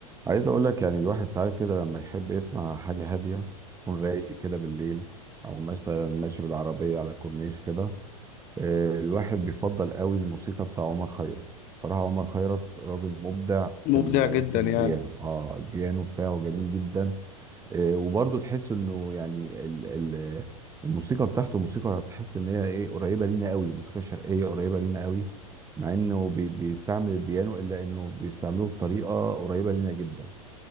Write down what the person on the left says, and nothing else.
مبدع
جدا
يعني